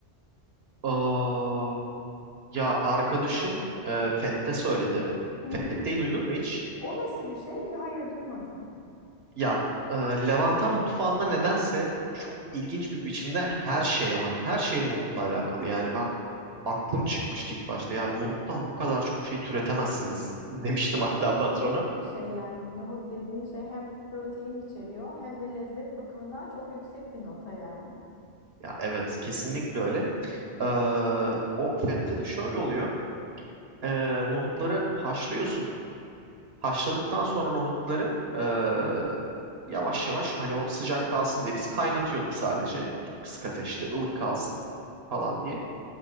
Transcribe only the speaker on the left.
Hı hı.
O nasıl bir şey? Hayır duymadım.
Bir de
çok
lezzetli bir şey yani nohut dediğin şey hem protein içeriyor hem de lezzet bakımından çok yüksek bir nota yani.